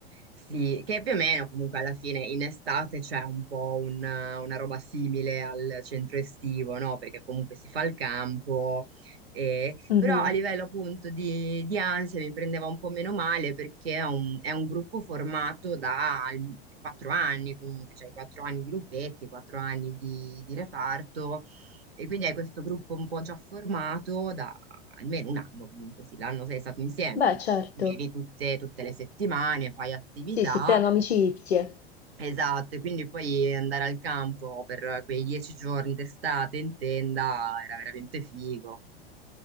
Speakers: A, on the right; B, on the left.
A: Sì, che più o meno comunque alla fine in estate c'è un po' un- una roba simile al centro estivo, no? Perché comunque si fa il campo, e-
B: Mhm.
A: però a livello appunto di, di ansia mi prendeva un po' meno male perché è un, è un gruppo formato da al- quattro anni comunque, cioè quattro anni di gruppetti, quattro anni di di reparto. E quindi hai questo gruppo un po' già formato da almeno un anno, comunque sì, l'anno sei stato insieme
B: Beh,
A: perché
B: certo.
A: ti, ti vedi tutte, tutte le settimane, fai attività,
B: Sì, si creano amicizie.
A: esatto, e quindi poi andare al campo per quei dieci giorni d'estate in tenda era veramente figo.